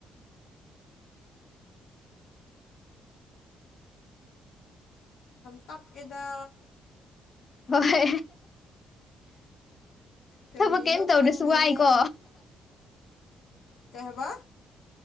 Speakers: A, on the left; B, on the left.
A: ꯇꯞ ꯌꯦꯗ
B: ꯍꯣꯏ
A: ꯀꯔꯤꯒꯤꯅꯣ
B: ꯊꯕꯛ ꯀꯩꯝ ꯇꯧꯗ꯭ꯔꯁꯨ
A: ꯈꯪꯗꯦꯅꯦ
B: ꯋꯥꯏꯀꯣ
A: ꯀꯩ ꯍꯥꯏꯕ꯫